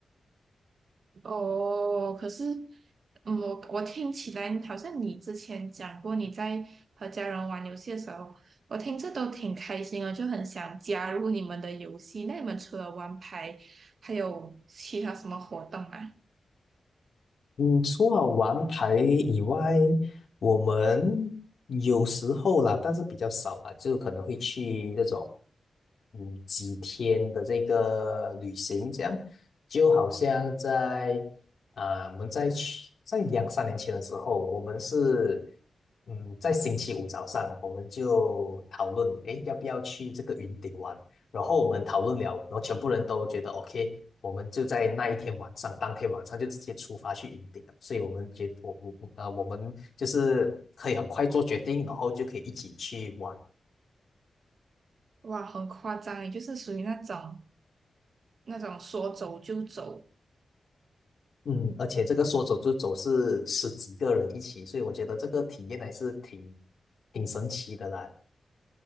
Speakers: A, on the right (about 60°); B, on the left (about 65°).
A: 哦，可是，嗯我我听起来好像你之前讲过你在和家人玩游戏的时候，我听着都挺开心的，就很想加入你们的游戏。那你们除了玩牌，还有其他什么活动吗？
B: 嗯，除了玩牌以外，我们有时候啦，但是比较少啦，就可能会去这种，嗯，几天的这个旅行，这样就好像在啊、我们在去在两三年前的时候，我们是嗯，在星期五早上，我们就讨论，诶，要不要去这个云顶玩？然后我们讨论了，然后全部人都觉得 OK，我们就在那一天晚上，当天晚上就直接出发去云顶了。所以我们觉我我我呃，我们就是可以很快做决定，然后就可以一起去玩。
A: 哇，很夸张，也就是属于那种那种说走就走，
B: 嗯，而且这个说走就走是十几个人一起，所以我觉得这个体验还是挺挺神奇的啦。